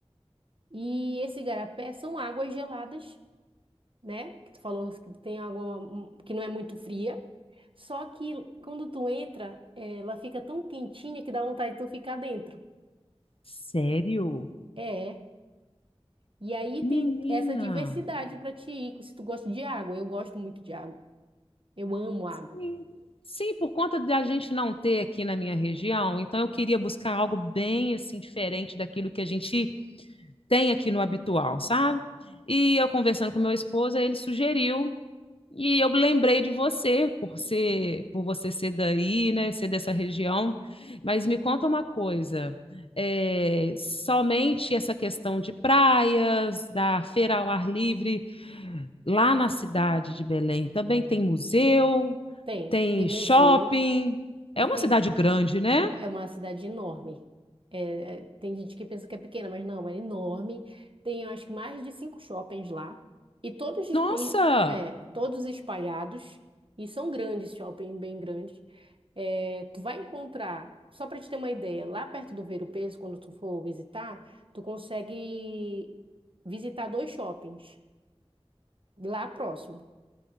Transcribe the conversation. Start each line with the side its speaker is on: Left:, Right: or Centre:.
Right: e esse Igarapé são águas geladas, né? Que tu falou que tem água hum, que não é muito fria. Só que quando tu entra, eh, ela fica tão quentinha que dá vontade de tu ficar dentro.
Left: Sério?
Right: É. E aí tem
Left: Menina.
Right: essa diversidade pra te ir, se tu gosta de água. Eu gosto muito de água. Eu amo água.
Left: Sim. Sim, por conta de a gente não ter aqui na minha região, então eu queria buscar algo bem assim diferente daquilo que a gente tem aqui no habitual, sabe? E eu conversando com meu esposo, aí ele sugeriu e eu me lembrei de você por ser, por você ser daí, né, ser dessa região. Mas me conta uma coisa, é, somente essa questão de praias, da feira ao ar livre lá na cidade de Belém também tem museu,
Right: Tem,
Left: tem
Right: tem museu,
Left: shopping. É
Right: e
Left: uma
Right: tem,
Left: cidade grande, né?
Right: É uma cidade enorme. É, é, tem gente que pensa que é pequena, mas não, é enorme. Tem, eu acho que mais de cinco shoppings lá. E todos, e-
Left: Nossa,
Right: é, todos espalhados. E são grandes, shopping bem grandes. É, tu vai encontrar, só para te ter uma ideia, lá perto do Ver o Peso, quando tu for visitar, tu consegue visitar dois shoppings lá próximo.